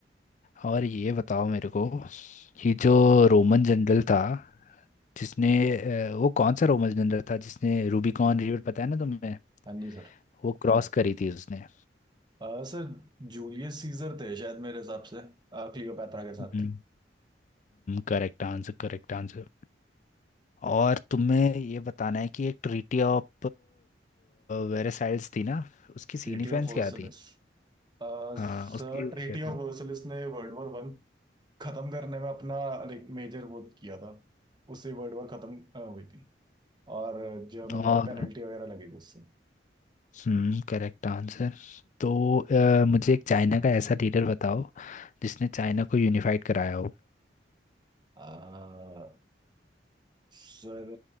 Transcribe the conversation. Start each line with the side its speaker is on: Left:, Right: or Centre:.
Left: और ये बताओ मेरे को कि जो रोमन जनरल था जिसने अ, वो कौन सा रोमन जनरल था जिसने रूबिकॉन रिवर पता है ना तुम्हें
Right: हाँ जी सर
Left: वो क्रॉस करी थी उसने
Right: आ, सर जूलियस सीजर थे शायद मेरे हिसाब से आ, क्लियोपैत्रा के
Left: हम्म
Right: साथ
Left: करेक्ट आंसर करेक्ट आंसर और तुम्हें ये बताना है कि एक ट्रीटी ऑफ वेरेसाइल्स थी ना उसकी सिग्निफिकेंस
Right: Treaty of Versailles
Left: क्या थी
Right: आ,
Left: हाँ
Right: सर
Left: उसकी वो
Right: ट्रीटी
Left: क्या
Right: ऑफ वर्सलिस ने वर्ल्ड वॉर वन खत्म करने में अपना लाइक मेजर वो किया था उससे वर्ल्ड वॉर खत्म आ, हुई थी और जर्मनी
Left: थी
Right: पे पेनल्टी वगैरह लगी थी उससे
Left: हम्म करेक्ट आंसर तो अ, मुझे एक चाइना का ऐसा लीडर बताओ जिसने चाइना को यूनिफाइड कराया हो
Right: आ, सर